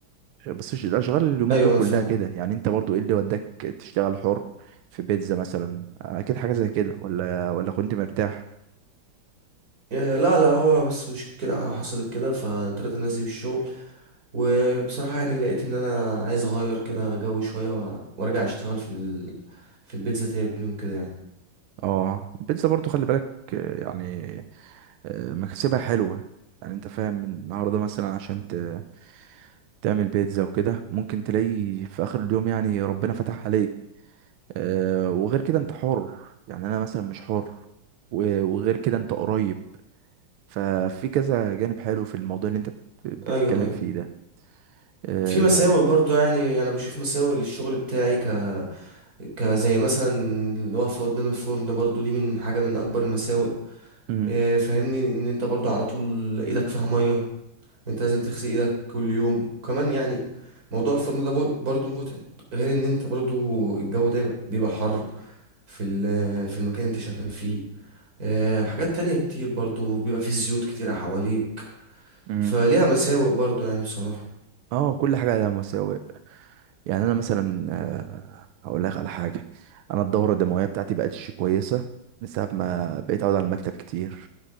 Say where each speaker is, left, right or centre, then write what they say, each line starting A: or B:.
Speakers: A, on the right (about 85°); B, on the right (about 40°).
A: بس الش- الاشغال اليومين
B: ايوه
A: دول كلها
B: انا فاهم
A: كده يعني انت برضو ايه اللي وداك تشتغل حر في بيتزا مثلا اكيد حاجه زي كده ولا ولا كنت مرتاح
B: آه، لا لا هو بس مشكلة حصلت كده فاضطريت ان انا اسيب الشغل وبصراحة يعني لقيت ان انا عايز اغير كده جو شوية و- وارجع اشتغل في ال... في البيتزا تاني وكده يعني
A: اه البيتزا برضو خلي بالك آه، يعني آه، مكسبها حلوه يعني انت فاهم من النهارده مثلا عشان ت- تعمل بيتزا وكده ممكن تلاقي في اخر اليوم يعني ربنا فتح عليك آه، وغير كده انت حر يعني انا مثلا مش حر و- وغير كده انت قريب ففي كذا جانب حلو في الموضوع اللي انت بت- بتتكلم
B: ايوه ايوه
A: فيه ده آه،
B: في مساوئ برضو يعني انا بشوف مساوئ للشغل بتاعي ك... كزي مثلا الوقفة قدام الفرن برضو دي من حاجة من اكبر المساوئ
A: امم
B: آه، فاهمني ان انت برضو على طول ايدك فيها مية انت لازم تغسل ايدك كل يوم كمان يعني موضوع الفرن ده بو- برضو متعب غير ان انت برضو الجو دايما بيبقى حر في ال- في المكان اللي انت شغال فيه آه، حاجات تانية كتير برضو بيبقى فيه زيوت كتيرة حواليك
A: امم
B: فليها مساوئ برضو يعني بصراحة
A: اه كل حاجه على مساوئ يعني انا مثلا آه، هقول لك على حاجه انا الدوره الدمويه بتاعتي بقتش كويسه من ساعه ما بقيت اقعد على المكتب كتير